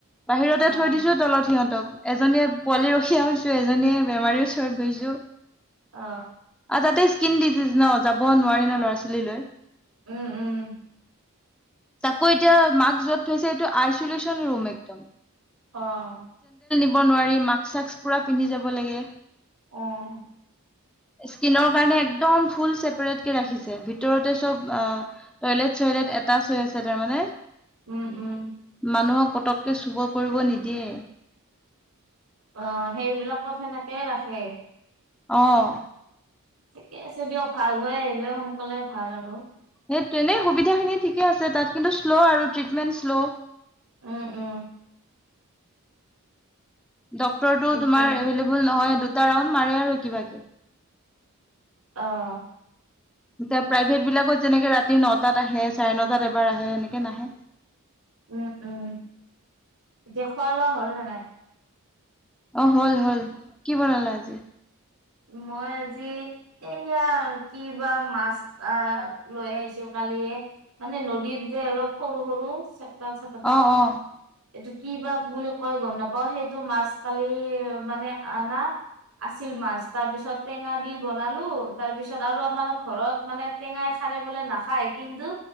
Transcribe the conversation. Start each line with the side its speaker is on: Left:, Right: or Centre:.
Centre: বাহিৰতে
Right: অ অ
Centre: থৈ দিছো তলত সিহঁত। এজনীয়ে পোৱালি ৰখিযা হৈছে এ বেমাৰীৰ ওচৰত গৈছো
Right: অ
Centre: আ তাতে। স্কিন ডিজিজ ন যাব নোৱাৰি ন ল'ৰা ছোৱালীলৈ।
Right: উম-উম।
Centre: তাকো এতিয়া মাক্ক যত থৈছে এইটো আইচলেচন ৰুম একদম।
Right: অহ,
Centre: যাব নোৱাৰি মাকস সক্স পুৰা পিন্ধি যাব লাগে।
Right: অহ,
Centre: স্কিনৰ কাৰণে একদম ফুল চছেপট কে ৰাখিছে ভিতৰতে চব টইলেত। চৈলত এটা চৰি আছে তাৰমানানে।
Right: উম উম
Centre: মানুহক পটককৈ চুবৰ কৰিব নিদিয়ে।
Right: অ' সেইবিলাকত সেনেকে ৰাখে।
Centre: অহ,
Right: ঠিকে আছে দিয়ক ভাল হৈ আহিলে সোনকালে ভাল আৰু।
Centre: সেই তেনেই সুবিধাখিনি ঠিকে আছে তাত কিন্তু শ্ল' আৰু ট্ৰিটমেণ্ট শ্ল'।
Right: উম-উম।
Centre: ডক্তৰটো
Right: সেইটোৱে
Centre: তোমাৰ এভেইলেবল নহয় দুটা ৰাউণ্ড মাৰে আৰু কিবাকে
Right: অহ
Centre: এয়া প্ৰাইভেট বিলাকত যেনেকে ৰাতি নটাত আহে চাৰে নটাত এবাৰ আহে সেনেকে নাহে। <inaudible>
Right: উম-উম, এতিয়া খোৱা লোৱা হ'ল নে নাই।
Centre: অ' হল-হল কি বনালা আজি?
Right: মই আজি এয়া কি বা মাছ অহ লৈ আহিছিল কালি। মানে নদীৰ যে অলপ সৰু সৰু চেপা চেপটা।
Centre: অ অ
Right: এইটো কি বা বুলি কয় গম নাপাও সেইটো মাছ কালি মানে আনা। আছিল মাছ। তাৰ পিছত টেঙা দি বনালো তাৰ পিছত আৰু আমাৰ ঘৰত মানে টেঙাই খাৰে বলে নাখায়। কিন্তু